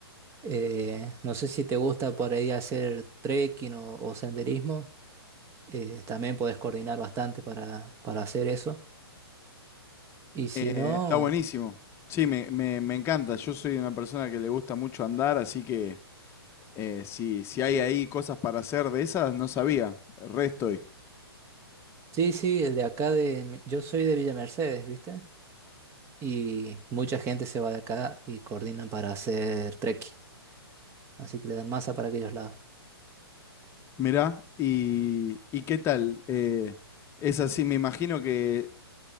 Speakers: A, on the right; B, on the left.
A: eh, no sé si te gusta por ahí hacer trekking o, o senderismo, eh, también podés coordinar bastante para, para hacer eso. Y si
B: Eh,
A: no,
B: está buenísimo. Sí, me, me, me encanta. Yo soy una persona que le gusta mucho andar, así que eh, si, si hay ahí cosas para hacer de esas, no sabía. Re estoy.
A: sí, sí, de acá de, mi- yo soy de Villa Mercedes, viste. y mucha gente se va de acá y coordinan para hacer trekking. Así que le dan masa para aquellos lados.
B: Mirá, y, y qué tal? Eh, es así, me imagino que